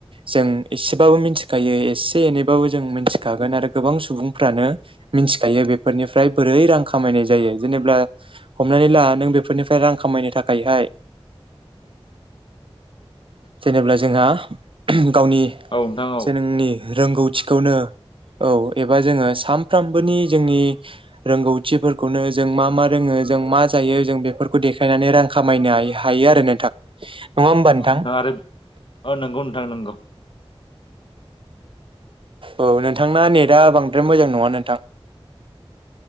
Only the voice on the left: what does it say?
औ नोंथां औ
औ नोंथाङा आरो औ नंगौ नोंथां नंगौ